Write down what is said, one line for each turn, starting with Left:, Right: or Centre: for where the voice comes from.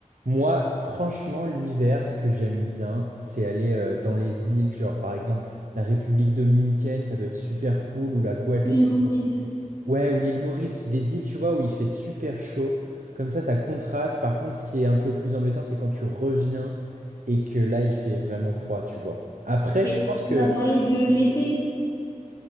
Right: Moi, franchement, l'hiver, ce que j'aime bien, c'est aller euh, dans les îles, genre par exemple la République dominicaine, ça doit être super cool, ou la Guadeloupe.
Left: L'île Maurice.
Right: Ouais, ou l'île Maurice, des îles, tu vois, où il fait super chaud. Comme ça, ça contraste. Par contre, ce qui est un peu plus embêtant, c'est quand tu reviens et que là, il fait vraiment froid, tu vois. Après,
Left: Mais
Right: je pense que...
Left: tu m'as parlé de l'été.